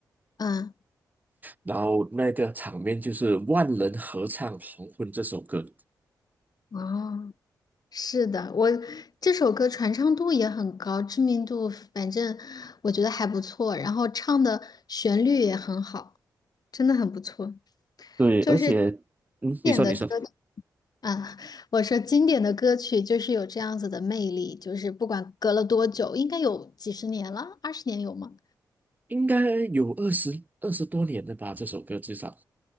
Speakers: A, on the left; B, on the right.
A: 嗯，
B: 然后那个场面就是万人合唱《黄昏》这首歌，
A: 哦，是的，我这首歌传唱度也很高，知名度反正我觉得还不错，然后唱的旋律也很好，真的很不错。
B: 对，
A: 就是经
B: 而且，嗯，
A: 典的歌
B: 你说，你说，
A: 啊，我说经典的歌曲就是有这样子的魅力，就是不管隔了多久，应该有几十年了，二十年有吗？
B: 应该有二十二十多年了吧？这首歌至少